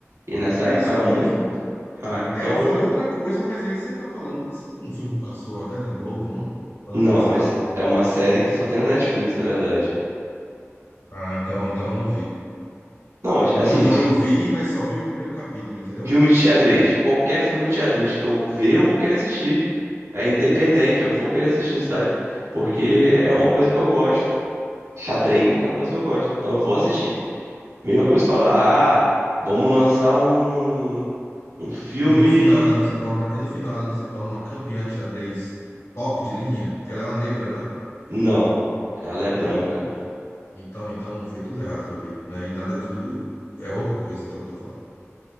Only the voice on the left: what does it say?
É
isso
mesmo.
É, eu falei outra coisa, mas aí você tá falando. Mas um filme passou até na Globo, não? O ano
passado?
Ah, então, então não vi.
Ou então eu vi, mas só vi o primeiro capítulo, entendeu?
Ah.
E no final ela não se torna, no final ela não se torna uma campeã de xadrez top de linha, que ela é uma negra, não é?
Ixi. Então, então foi tudo errado que eu vi, né? E nada de do é outra coisa então que eu tô falando.